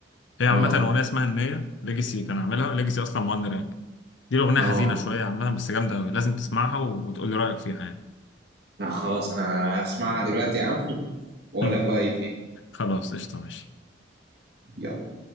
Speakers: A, on the left; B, on the right.
A: هي عامه
B: اه
A: اغنيه اسمها النيه ليجاسي كان عاملها ليجاسي اصلا مغني راب دي الاغنيه
B: اه
A: حزينه شويه عامه بس جامده قوي لازم تسمعها وتقول لي رايك فيها يعني
B: لا خلاص انا اسمعها دلوقتي يا عم
A: <laughs>
B: واقول لك رأيي فيها
A: خلاص قشطه ماشي
B: يلا